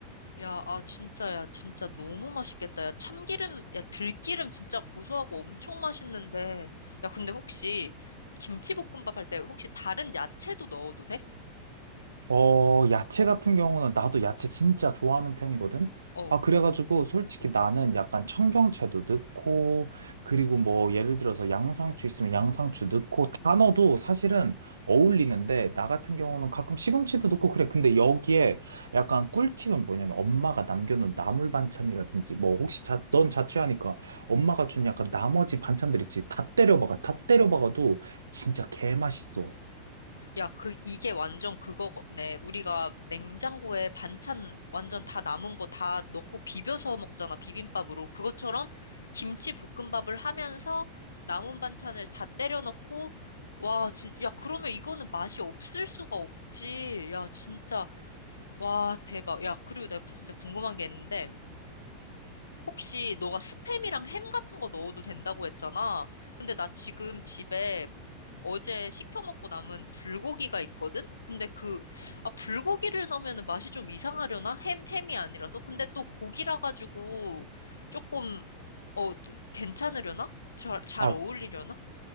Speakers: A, on the left; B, on the right.
A: 야, 아, 진짜, 야, 진짜 너무 맛있겠다. 야, 참기름, 야, 들기름 진짜 고소하고 엄청 맛있는데. 야, 근데 혹시 김치볶음밥 할 때 혹시 다른 야채도 넣어도 돼?
B: 어, 야채 같은 경우는 나도 야채 진짜 좋아하는 편이거든?
A: 어,
B: 아, 그래가지고 솔직히 나는 약간 청경채도 넣고, 그리고 뭐 예를 들어서 양상추 있으면 양상추 넣고, 단어도 사실은 어울리는데, 나 같은 경우는 가끔 시금치도 넣고 그래. 근데 여기에 약간 꿀팁은 뭐냐면 엄마가 남겨놓은 나물 반찬이라든지, 뭐 혹시 자, 넌 자취하니까 엄마가 준 약간 나머지 반찬들 있지. 다 때려박아. 다 때려박아도 진짜 개맛있어.
A: 야, 그, 이게 완전 그거네. 우리가 냉장고에 반찬 완전 다 남은 거 다 넣고 비벼서 먹잖아, 비빔밥으로. 그것처럼 김치 볶음밥을 하면서 남은 반찬을 다 때려 넣고, 와, 진짜, 야, 그러면 이거는 맛이 없을 수가 없지. 야, 진짜, 와, 대박. 야, 그리고 내가 진짜 궁금한 게 있는데, 혹시 너가 스팸이랑 햄 같은 거 넣어도 된다고 했잖아. 근데 나 지금 집에 어제 시켜 먹고 남은 불고기가 있거든? 근데 그, 아, 불고기를 넣으면 맛이 좀 이상하려나? 햄, 햄이 아니라서? 근데 또 고기라 가지고 조금, 어, 괜찮으려나? 잘, 잘
B: 아,
A: 어울리려나?